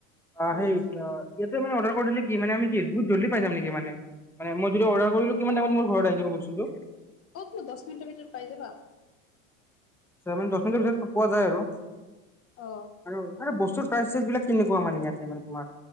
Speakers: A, in the centre; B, on the left (about 35°).
A: অ,
B: উম
A: সেই ইয়াতে মানে অৰ্ডাৰ কৰি দে কি মান আমি কি বহুত জল্ডি পাই যাম মানে মই যদি অৰ্ডাৰ কৰিলোঁ, কিমান টাইমত মোৰ ঘৰত আহি যাব বস্তুতো।
B: অ তুমি দহ মিনিটৰ ভিতৰত পাই যাবা
A: মানে দচ মিনিটৰ পিছত পোৱা যায় আৰু-আৰু
B: অ
A: বস্তুটো। প্ৰাইচেছ বিলাক কেনেকুৱা মানে ইয়াতে তোমাৰ